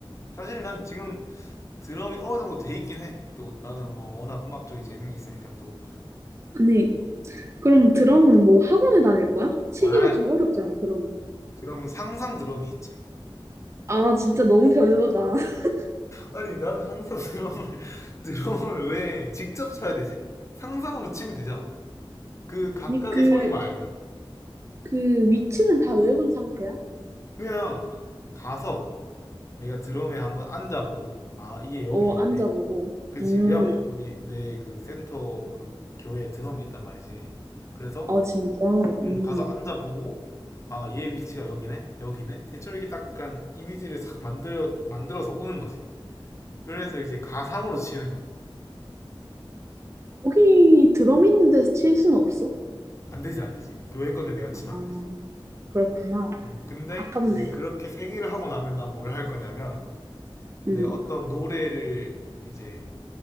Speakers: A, on the left (about 30°); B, on the right (about 30°).
A: 사실 난 지금 드럼이 어느 정도 돼 있긴 해. 또 나는 뭐 워낙 음악 쪽에 재능이 있으니까 또
B: 아니, 그럼 드럼은 뭐 학원을 다닐 거야? 치기가
A: 와.
B: 좀 어렵잖아, 드럼은.
A: 드럼은 상상 드럼이 있지.
B: 아, 진짜 너무 별로다. <laughs>
A: 아니 나는 항상 드럼을 <laughs> 드럼을 왜 직접 쳐야 되지? 상상으로 치면 되잖아. 그 각각의
B: 아니, 그,
A: 소리만 알면
B: 그 위치는 다 외운 상태야?
A: 그냥 가서 내가 드럼에 한번 앉아보고 아 이게 여기
B: 어,
A: 있네
B: 앉아보고.
A: 그치
B: 음,
A: 왜냐면 우리 내 그 센터 그 교회에 드럼이 있단 말이지 그래서
B: 아, 진짜. 음.
A: 음 가서 앉아보고 아 얘 위치가 여기네 여기네 대충 이렇게 딱 약간 이미지를 싹 만들어 만들어서 오는 거지 그래서 이제 가상으로 치는 거야
B: 거기 드럼 있는 데서 칠 수는 없어?
A: 안 되지 안 되지 교회 건데 내가 치면
B: 아,
A: 안 되지
B: 그렇구나.
A: 음 근데
B: 아깝네.
A: 이제 그렇게 세기를 하고 나면 난 뭘 할 거냐면 내
B: 음.
A: 어떤 노래를 이제